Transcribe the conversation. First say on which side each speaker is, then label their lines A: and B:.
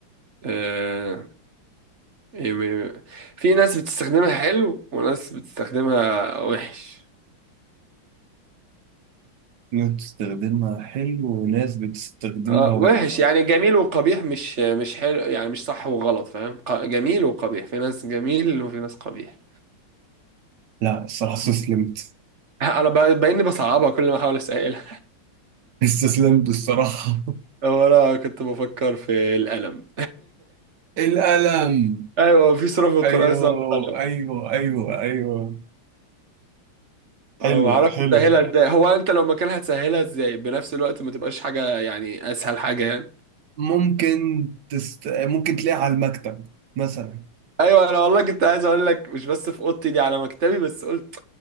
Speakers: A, on the right; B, on the right.
A: آه... ايه إيه- إيه. في ناس بتستخدمها حلو وناس بتستخدمها وحش
B: ناس بتستخدمها حلو وناس بتستخدمها
A: آه
B: وحش
A: وحش يعني جميل وقبيح مش مش حلو يعني مش صح وغلط فاهم ق- جميل وقبيح في ناس جميل وفي ناس قبيح
B: لا الصراحة استسلمت
A: <laughs> انا ب- باين لي بصعبها كل ما احاول اسالها
B: <laughs> استسلمت الصراحة
A: <laughs> هو انا كنت بفكر في القلم
B: القلم
A: <laughs> ايوه في سورة في القرآن
B: ايوه
A: اسمها القلم
B: ايوه ايوه ايوه حلوه
A: آه، معرفش
B: حلوه
A: تسهلها ازاي هو انت لو مكانها هتسهلها ازاي بنفس الوقت ما تبقاش حاجة يعني اسهل حاجة يعني
B: ممكن تست... ممكن تلاقيها على المكتب مثلا
A: ايوه انا والله كنت عايز اقول لك مش بس في اوضتي دي على مكتبي بس قلت